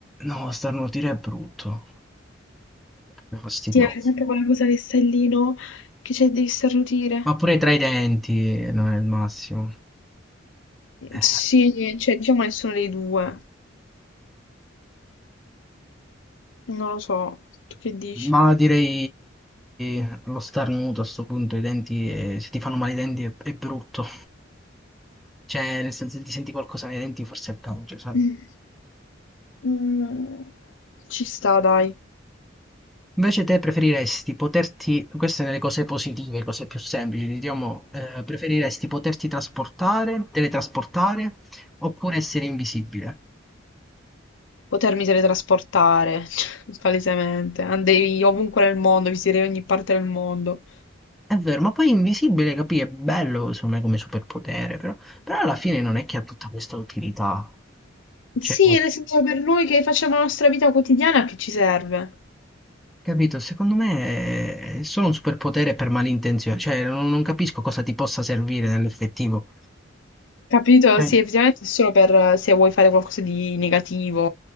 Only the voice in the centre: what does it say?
no, starnutire è brutto, è proprio fastidioso.
Ma pure tra i denti non è il massimo. Eh,
ma direi i- lo starnuto a sto punto, i denti, eh, se ti fanno male i denti è, è brutto. Cioè, nel senso, se ti senti qualcosa nei denti forse è peggio, sai?
Invece te preferiresti poterti, queste nelle cose positive, cose più semplici, diciamo, eh, preferiresti poterti trasportare, teletrasportare oppure essere invisibile?
È vero, ma poi invisibile, capì, è bello secondo me come superpotere, però, però alla fine non è che ha tutta questa utilità. Cioè,
capito, secondo me è solo un superpotere per malintenzione, cioè non, non capisco cosa ti possa servire nell'effettivo.
Cioè,